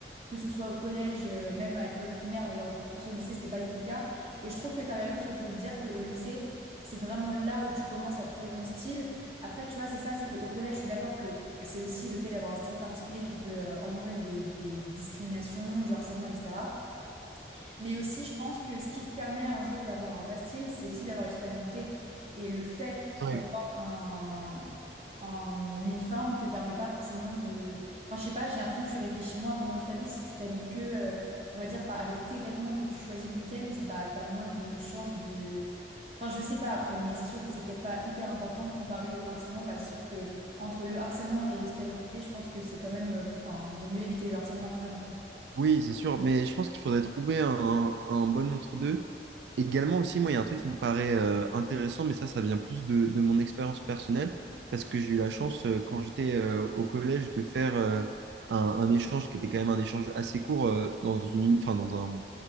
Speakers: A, on the right; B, on the right.
A: que ce soit au collège, euh, même à l'école primaire et encore plus au lycée, c'était pas du tout le cas. Et je trouve que tu as raison sur le fait de dire qu'au lycée, c'est vraiment là où tu commences à trouver ton style. Après, tu vois, c'est ça, c'est qu'au collège, je suis d'accord que c'est aussi le fait d'avoir un style particulier qui peut euh, engendrer des, des discriminations, du harcèlement, etc. Mais aussi, je pense que ce qui te permet un jour d'avoir un vrai style, c'est aussi d'avoir expérimenté. Et le fait
B: Ouais.
A: d'avoir un, un uniforme te permet pas forcément de... Enfin, je sais pas, j'ai l'impression que tu réfléchis moins à comment tu t'habilles. Si tu t'habilles que, euh, on va dire, pas avec tes vêtements que tu choisis le week-end, bah, t'as moins de chances de... Enfin, je sais pas après, mais c'est sûr que c'est peut-être pas hyper important comparé au harcèlement. Bah, c'est sûr que entre le harcèlement et expérimenter, je pense que c'est quand même... euh, Enfin, vaut mieux éviter le harcèlement quand même, quoi.
B: Oui, c'est sûr, mais je pense qu'il faudrait trouver un, un bon entre-deux. Également aussi, moi, il y a un truc qui me paraît euh, intéressant, mais ça, ça vient plus de, de mon expérience personnelle, parce que j'ai eu la chance, euh, quand j'étais euh, au collège, de faire euh, un, un échange qui était quand même un échange assez court euh, dans une, enfin, dans un,